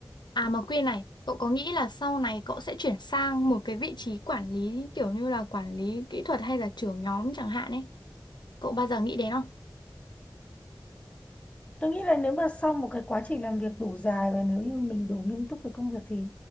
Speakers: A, on the left; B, on the left.
A: À mà Quyên này, cậu có nghĩ là sau này cậu sẽ chuyển sang một cái vị trí quản lý kiểu như là quản lý kỹ thuật hay là trưởng nhóm chẳng hạn ấy? Cậu bao giờ nghĩ đến không?
B: tôi nghĩ là nếu mà sau một cái quá trình làm việc đủ dài và nếu như mình đủ nghiêm túc với công việc thì